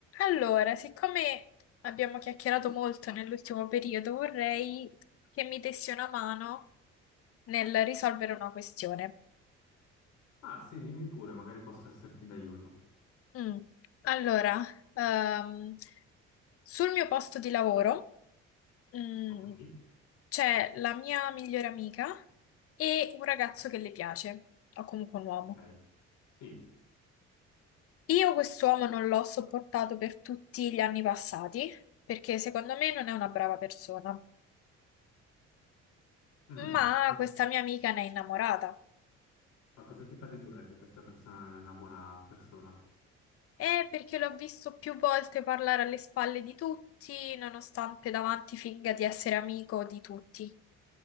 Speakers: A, on the left; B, on the left.
A: Allora, siccome abbiamo chiacchierato molto nell'ultimo periodo, vorrei che mi dessi una mano nel risolvere una questione.
B: Ah, sì, dimmi pure, magari posso esserti d'aiuto.
A: Mm. Allora, ehm, sul mio posto di lavoro, mm,
B: Ok.
A: c'è la mia migliore amica e un
B: Sì,
A: ragazzo che le piace, o comunque un uomo.
B: Ok. Sì.
A: Io quest'uomo non l'ho sopportato per tutti gli anni passati, perché secondo me non è una brava persona.
B: Mm.
A: Ma questa mia amica ne è innamorata.
B: Ma cosa ti fa dedurre che questa persona non è una buona persona?
A: Eh, perché l'ho visto più volte parlare alle spalle di tutti, nonostante davanti finga di essere amico di tutti.